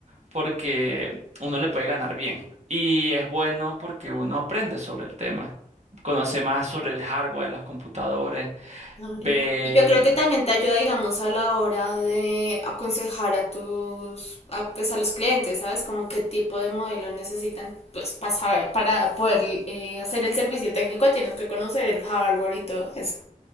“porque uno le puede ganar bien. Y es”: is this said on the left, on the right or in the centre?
Right